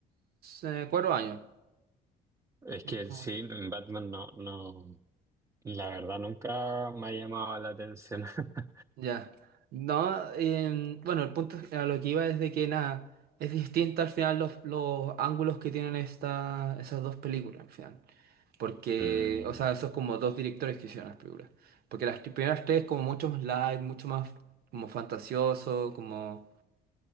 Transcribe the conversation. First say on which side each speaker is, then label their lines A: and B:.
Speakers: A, on the right; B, on the right.
A: eh, cuatro años.
B: Es
A: Es
B: que
A: como-
B: sí, Batman no, no. La verdad nunca me ha llamado la atención. <laughs>
A: Ya. No, em, bueno, el punto es- a lo que iba es de que nada, es distinta al final los, los ángulos que tienen esta, esas dos películas, al final. Porque,
B: Mm.
A: o sea, esos como dos directores que hicieron las películas. Porque las tri- primeras tres como mucho más light, mucho más como fantasioso, como